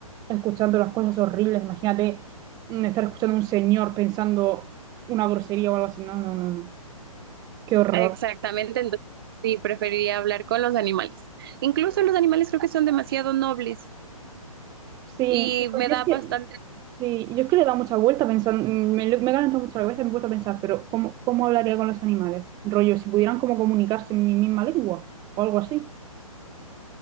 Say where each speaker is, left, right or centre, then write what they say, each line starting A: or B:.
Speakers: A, on the right; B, on the right.
A: escuchando las cosas horribles, imagínate mmm, estar escuchando a un señor pensando una grosería o algo así, no, no, no, no, qué horror.
B: Exactamente, entonces sí preferiría hablar con los animales. Incluso los animales creo que son demasiado nobles
A: Sí,
B: y
A: bueno,
B: me
A: yo
B: da
A: es que,
B: bastante
A: sí, yo es que le he dado mucha vuelta pensando, mm, me, lo- me he calentado mucho la cabeza, y me he puesto a pensar, pero ¿cómo, cómo hablaría con los animales? Rollo, si pudieran como comunicarse en mi misma lengua o algo así.